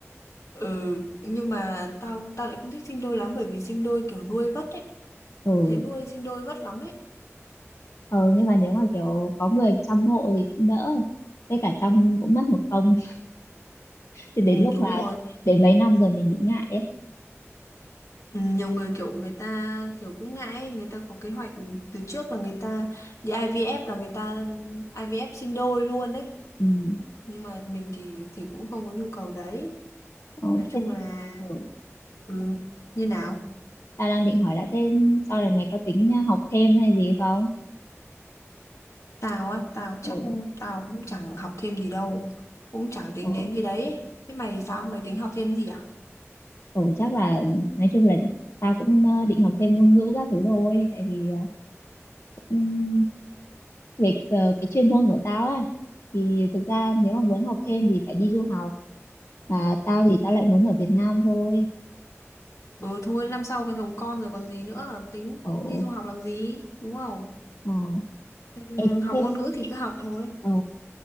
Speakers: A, on the left; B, on the left.
A: Ừ, nhưng mà tao tao lại không thích sinh đôi lắm bởi vì sinh đôi kiểu nuôi vất ấy.
B: Ừ,
A: Tao thấy nuôi sinh đôi vất lắm ấy.
B: ờ, nhưng mà nếu mà kiểu có người chăm hộ thì cũng đỡ. Với cả chăm cũng mất một công. Thì đến
A: Ừ,
B: lúc
A: đúng
B: mà
A: rồi.
B: đến mấy năm rồi mình bị ngại ấy.
A: Ừ, nhiều người kiểu người ta kiểu cũng ngại ấy. Người ta có kế hoạch từ trước là người ta đi IVF là người ta IVF sinh đôi luôn đấy.
B: Ừ.
A: Nhưng mà mình thì thì cũng không có nhu cầu đấy.
B: Ờ,
A: Nói chung
B: thế
A: là
B: Ừ.
A: ừ, như nào?
B: Ta đang định hỏi là thêm sau này mày có tính học thêm hay gì không?
A: Tao á, tao chắc
B: Ừ,
A: tao cũng chẳng học thêm gì đâu. Cũng chẳng tính
B: ừ,
A: đến cái đấy. Thế mày thì sao? Mày tính học thêm gì à?
B: ừ chắc là nói chung là tao cũng ờ, định học thêm ngôn ngữ các thứ thôi tại vì ờ, cũng về ờ, cái chuyên môn của tao ấy thì thực ra nếu mà muốn học thêm thì phải đi du học và tao thì tao lại muốn ở Việt Nam thôi
A: Ừ thôi năm sau còn chồng con rồi còn gì nữa tính
B: ở
A: đi du học làm gì đúng không
B: ờ,
A: Ừm,
B: ê,
A: học
B: thế,
A: ngôn ngữ thì cứ học thôi
B: ờ,